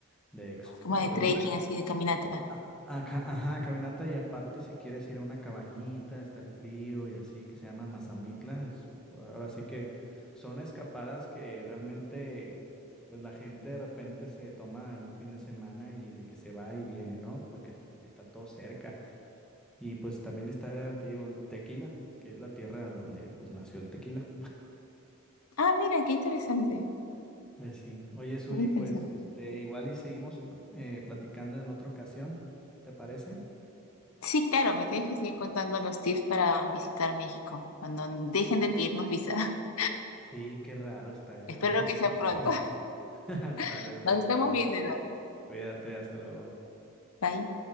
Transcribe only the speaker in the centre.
de ex-
pues
no de
a- Ajá, ajá, caminata y aparte si quieres ir a una cabañita, está el frío y así, que se llama Mazamitla, es- ahora sí que son escapadas que realmente pues la gente de repente se toma en un fin de semana y de que se va y viene, ¿no? Porque está todo cerca. Y pues también está, te digo, el Tequila, que es la tierra donde pues nació el tequila.
Pues sí. Oye, Zuli,
pues este, igual y seguimos eh, platicando en otra ocasión, ¿te parece?
Sí, qué raro está eso,
voy a investigar.
<laughs> Sale, pues
bueno,
cuídate, hasta luego.